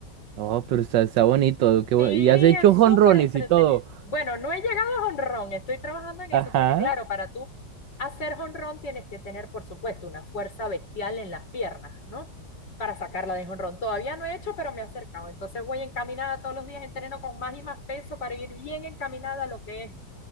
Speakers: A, on the right; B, on the left.
A: No, pero está, está bonito, qué
B: Sí,
A: bu-
B: es
A: y has hecho jonrones
B: súper entretenido.
A: y todo.
B: Bueno, no he llegado a jonrón, estoy trabajando en eso,
A: Ajá,
B: porque claro, para tú hacer jonrón tienes que tener, por supuesto, una fuerza bestial en las piernas, ¿no? Para sacarla de jonrón. Todavía no he hecho, pero me he acercado. Entonces voy encaminada todos los días, entreno con más y más peso para ir bien encaminada a lo que es